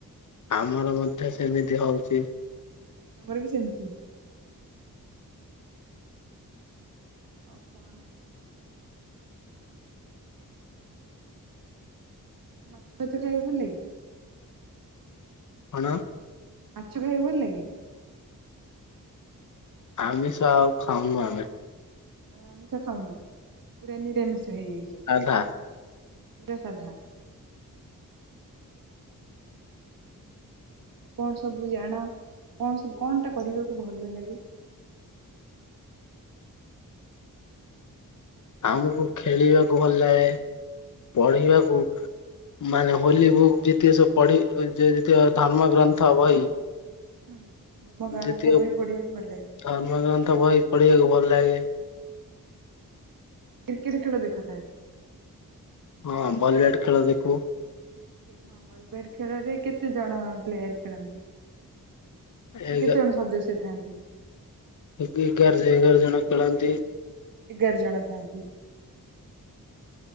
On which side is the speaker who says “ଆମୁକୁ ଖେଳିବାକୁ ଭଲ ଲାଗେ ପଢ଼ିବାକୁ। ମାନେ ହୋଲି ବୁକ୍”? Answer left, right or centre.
Left